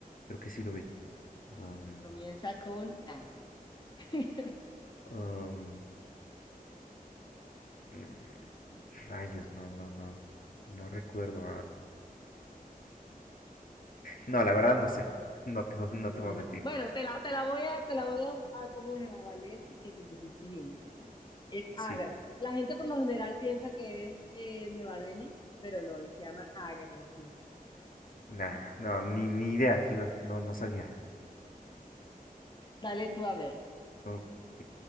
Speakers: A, on the left; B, on the left.
A: Creo que sí lo vi. Am,
B: Comienza con A. <laughs>
A: am, mm, rayos, no, no, no. No recuerdo. No, la verdad no sé. No te, <laughs> no
B: Mm,
A: te voy a mentir.
B: Bueno, te la, te la voy a, te la voy a, a ¿cómo es? A valer, que dijiste India, ¿no? Es
A: Sí.
B: Agra. La gente por lo general piensa que es eh, Nueva Delhi, pero no, se llama Agra la ciudad.
A: Nah, no, ni, ni idea que iba. No, no sabía.
B: Dale tú a ver.
A: Ok.